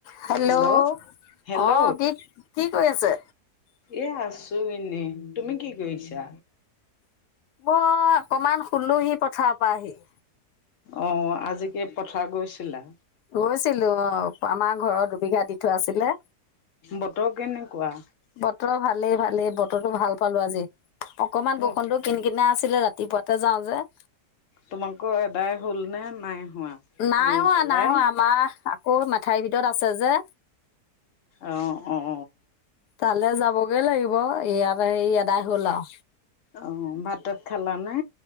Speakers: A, on the left; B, on the left.
A: Hello
B: hello hello
A: অঁ কি - কি কৈ আছে।
B: এ আছো এনে তুমি কি কৰিছা?
A: মই অকমান শুলোহি পথাৰৰ পা আহি।
B: অঁ আজি কি পথাৰ গৈছিলা?
A: গৈছিলো অঁ আমাৰ ঘৰৰ দুবিঘা দি থোৱা আছিলে।
B: বতৰ কেনেকুৱা?
A: বতৰ ভালেই-ভালেই বতৰটো ভাল পালো আজি অকমান
B: তোমাক
A: বৰষণটো কিন কিনাই আছিলে ৰাতিপুৱাতে যাওঁ যে।
B: তোমালোকৰ এদাই হ'লনে নাই হোৱা?
A: নাইোহৱা
B: ৰুই পেলাই
A: - নাইহোৱা আমা আকৌ মেথাইৰ ভিতৰত আছে যে।
B: অঁ-অঁ।
A: তালে যাবগেই লাগিব এইয়াত এই এদাই হ'ল আও।
B: অঁ ভাত তাত খালানে?